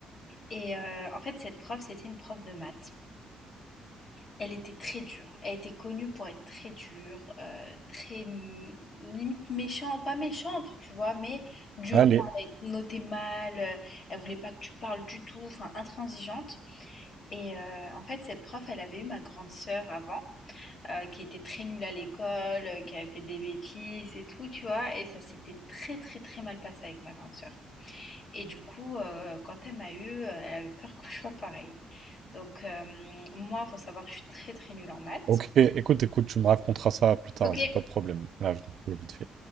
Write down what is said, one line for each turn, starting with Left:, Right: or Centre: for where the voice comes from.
Left: Et euh, en fait, cette prof, c'était une prof de maths. Elle était très dure. Elle était connue pour être très dure, euh, très mm, limite méchante, pas méchante, tu vois, mais dure.
Right: Allez.
Left: Elle notait mal, euh, elle voulait pas que tu parles du tout, enfin intransigeante. Et euh, en fait, cette prof, elle avait eu ma grande sœur avant, euh, qui était très nulle à l'école, euh, qui avait fait des bêtises et tout, tu vois, et ça s'était très très très mal passé avec ma grande sœur. Et du coup, euh, quand elle m'a eu, euh, elle avait peur que je sois pareil. Donc, euh, moi, il faut savoir que je suis très très nulle en maths.
Right: Ok, écoute, écoute, tu me raconteras ça plus tard.
Left: OK
Right: Vas-y, pas de problème. Là, je vais vite fait.